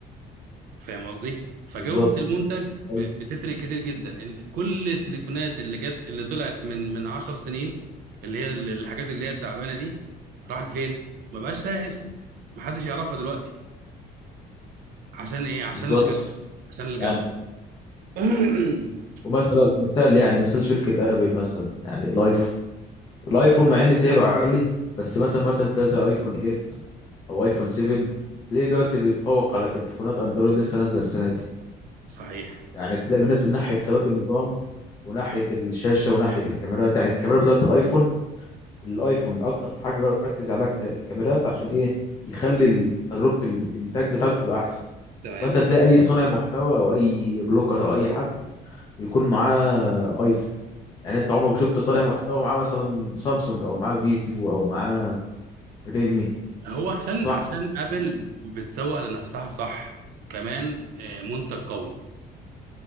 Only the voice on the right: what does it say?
فاهم قصدي فجوده
المنتج
ب- بتفرق كتير جدا ال- كل التليفونات اللي جت اللي طلعت من من 10 سنين اللي هي ال- الحاجات اللي هي التعبانه دي راحت فين ما بقاش لها اسم محدش يعرفها دلوقتي عشان ايه عشان
الجوده عشان الجوده
<coughs>
<clears throat> صحيح
تمام
هو عشان
عشان ابل بتسوق لنفسها صح كمان آه، منتج قوي